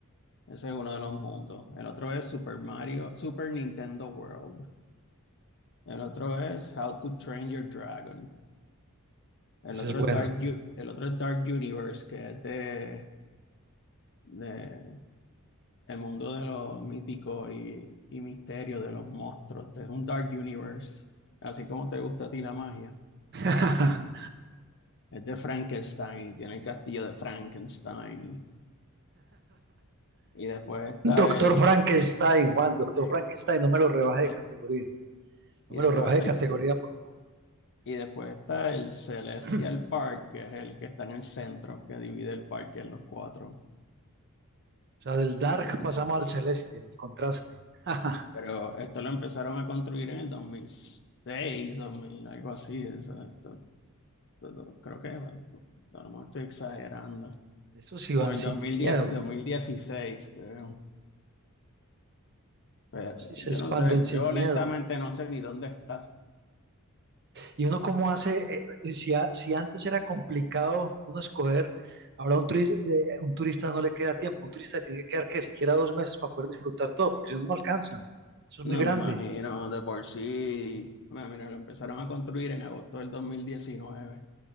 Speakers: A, on the left; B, on the right.
A: Ese es uno de los mundos. El otro es Super Mario, Super Nintendo World. El otro es How to Train Your Dragon. El
B: eso
A: otro
B: es bueno.
A: es Dark, U- el otro es Dark Universe, que es de, de el mundo de los míticos y, y misterio de los monstruos. Es un Dark Universe, así como te gusta a ti la magia.
B: <laughs>
A: Es de Frankenstein y tiene el castillo de Frankenstein. Y, y después está
B: Doctor
A: el.
B: Frankenstein, Juan, Doctor
A: eh,
B: Frankenstein, no me lo rebaje
A: ajá.
B: de categoría. No
A: Y
B: me
A: después
B: lo rebaje
A: está
B: de categoría,
A: el,
B: por favor.
A: y después está el Celestial
B: <clears throat>
A: Park, que es el que está en el centro, que divide el parque en los cuatro.
B: O sea, del dark
A: Pero,
B: pasamos al celeste, el contraste. <laughs>
A: pero esto lo empezaron a construir en el dos mil seis, dos mil, algo así. o sea, esto- esto- esto- creo que bueno, a lo mejor estoy exagerando.
B: Esos sí van
A: O en
B: sin
A: dos dos mil
B: miedo.
A: diez dos mil dieciséis creo. Pero
B: Esos sí se
A: yo
B: expanden
A: no sé,
B: sin
A: yo
B: miedo.
A: honestamente no sé ni dónde está.
B: Y uno cómo hace, eh, eh, si, a- si antes era complicado uno escoger, ahora un, turis- eh, un turista no le queda tiempo. Un turista tiene que quedar que siquiera dos meses para poder disfrutar todo, porque si no, no alcanza. Eso es
A: No,
B: muy grande.
A: me imagino, de por sí, bueno, mira, lo empezaron a construir en agosto del dos mil diecinueve